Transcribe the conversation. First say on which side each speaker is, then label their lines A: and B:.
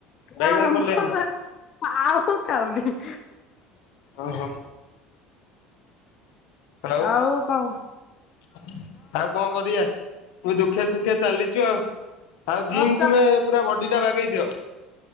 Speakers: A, on the left; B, on the left.
A: ବାଇଗଣ
B: ହଁ ଆମ୍ବ
A: ପଲେଇ
B: ବା ଆଉ ଖାଉନି।
A: ଓହୋ। ହାଲୋ
B: ଆଉ କଣ
A: ଆଉ ଙ୍କ କରିଆ? ମୁ ଦୁଃଖେ ସୁଖେ ଚାଲିଛୁ ଆଉ ଆଉ
B: ଆଛା
A: ଜିମ୍ ତୁମେ ପୁରା ବଡି ଟା ବାଗେଇ ଦିଅ।